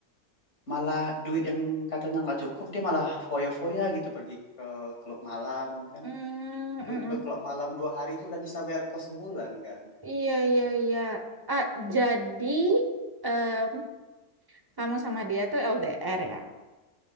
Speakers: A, on the left; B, on the right.
A: malah duit yang katanya nggak cukup dia malah foya-foya gitu pergi ke klub malam kan
B: mm,
A: duit
B: mm-mm.
A: ke klub malam dua hari itu udah bisa bayar kos sebulan kan
B: Iya, iya, iya. Ah, jadi em, kamu sama dia tuh LDR ya?